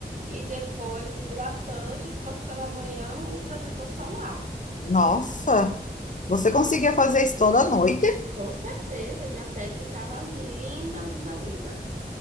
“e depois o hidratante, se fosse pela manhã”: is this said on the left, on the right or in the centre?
Right